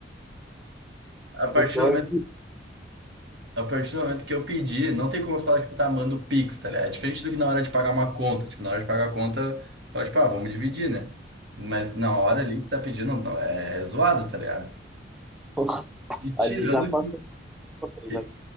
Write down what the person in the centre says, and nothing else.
No teórico,
<laughs>
Ali já passou,
teu cartão, tá ligado?